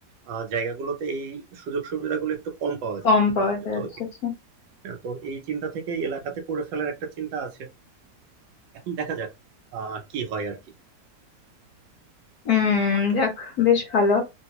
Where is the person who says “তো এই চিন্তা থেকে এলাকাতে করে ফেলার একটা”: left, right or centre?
Right